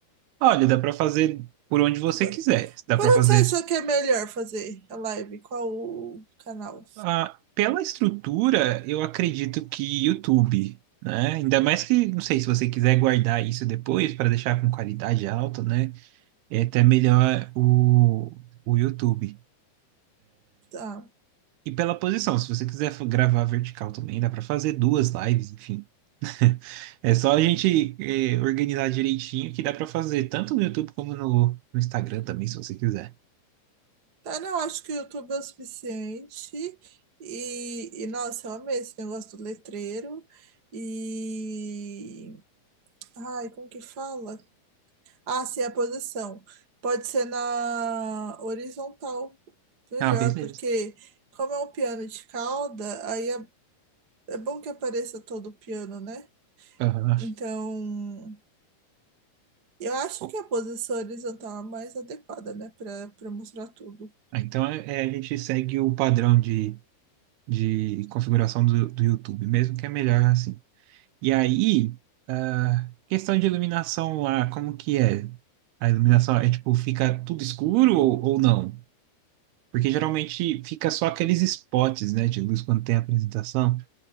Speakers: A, on the right (about 80°); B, on the right (about 40°).
A: Olha, dá para fazer por onde você
B: Por
A: quiser. Dá
B: por
A: para
B: onde
A: fazer
B: você achou que é melhor fazer a live? Qual o canal?
A: ah, pela estrutura, eu acredito que YouTube, né? Ainda mais que, não sei, se você quiser guardar isso depois para deixar com qualidade alta, né? É até melhor o, o YouTube.
B: Tá.
A: E pela posição, se você quiser fa- gravar vertical também, dá para fazer duas lives, enfim. <laughs> É só a gente eh, organizar direitinho que dá para fazer tanto no YouTube como no, no Instagram também, se você quiser.
B: Tá, não, acho que o YouTube é o suficiente. E, e, nossa, eu amei esse negócio do letreiro. E. Ai, como que fala? Ah, sim, a posição. Pode ser na horizontal, melhor,
A: Ah, beleza.
B: porque como é um piano de cauda, aí é, é bom que apareça todo o piano, né?
A: Aham.
B: Então, eu acho
A: Bom,
B: que a posição horizontal é a mais adequada, né, para para mostrar tudo.
A: ah, então é, é, a gente segue o padrão de, de configuração do, do YouTube mesmo, que é melhor assim. E aí, ah, questão de iluminação lá, como que é? A iluminação é tipo, fica tudo escuro ou, ou não? Porque geralmente fica só aqueles spots, né, de luz quando tem apresentação.